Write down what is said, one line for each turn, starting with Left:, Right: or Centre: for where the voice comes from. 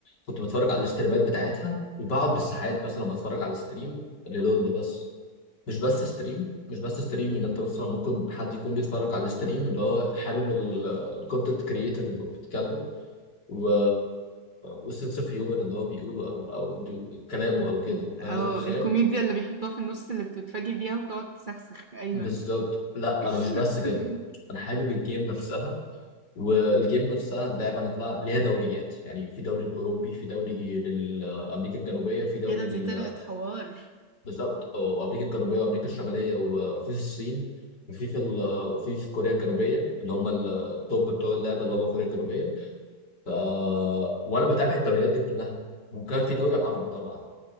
Left: كنت بتفرج على الاستريمات بتاعتها وبقعد بالساعات
Right: مم.
Left: مثلا بتفرج على ستريم للول بس مش بس ستريم مش بس ستريم ان انت مثلا ممكن حد يكون بيتفرج على ستريم اللي هو حابب الكونتنت كريتور اللي بيتكلم و... والسنس اوف هيومر اللي هو بيقوله او او دو... كلامه او كده
Right: ال-
Left: فاهم
Right: اه
Left: ازاي
Right: الكوميديا اللي بيحطوها في النص اللي بتتفاجئ بيها وتقعد تسخسخ ايوه
Left: بالظبط لا
Right: <laughs>
Left: انا مش بس كده انا حابب الجيم نفسها والجيم نفسها اللعبه نفسها ليها دوريات يعني في دوري الاوروبي في دوري لامريكا الجنوبيه وفي دوري
Right: ايه ده
Left: ال...
Right: دي طلعت حوار
Left: بالظبط وامريكا الجنوبيه وامريكا الشماليه وفي الصين وفي في ال... وفي في كوريا الجنوبيه اللي هم التوب بتوع اللعبه اللي هم كوريا الجنوبيه ف... وانا بتابع الدوريات دي كلها وكان في دوري عربي طبعا